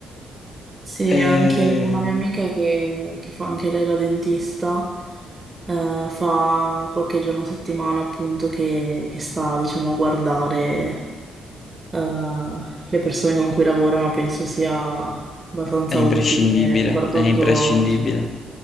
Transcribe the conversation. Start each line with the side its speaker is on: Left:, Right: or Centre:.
Right: Sì,
Left: E-
Right: anche una mia amica che, che fa anche lei la dentista, eh, fa qualche giorno a settimana appunto che, che sta, diciamo, a guardare. eh, le persone con cui lavoro, ma penso sia abbastanza
Left: È imprescindibile,
Right: utile, soprattutto,
Left: è imprescindibile.